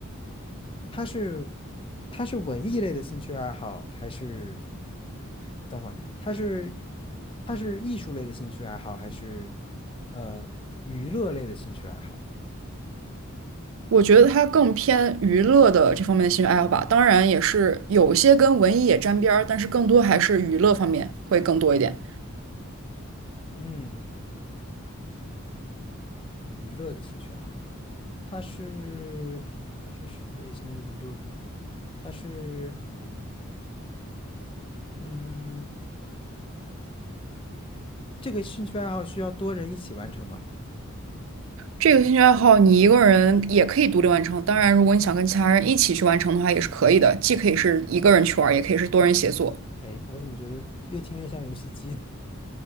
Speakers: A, on the left (about 25°); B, on the right (about 65°).
A: 它是它是文艺类的兴趣爱好，还是等会儿它是它是艺术类的兴趣爱好，还是呃娱乐类的兴趣爱好？
B: 我觉得它更偏娱乐的这方面的兴趣爱好吧。当然，也是有些跟文艺也沾边儿，但是更多还是娱乐方面会更多一点。
A: 嗯，娱乐的兴趣爱好，它是它是什么类型的娱乐呢？它是嗯，这个兴趣爱好需要多人一起完成吗？
B: 这个兴趣爱好你一个人也可以独立完成。当然，如果你想跟其他人一起去完成的话，也是可以的。既可以是一个人去玩儿，也可以是多人协作。
A: 哎，我怎么觉得越听越像游戏机呢？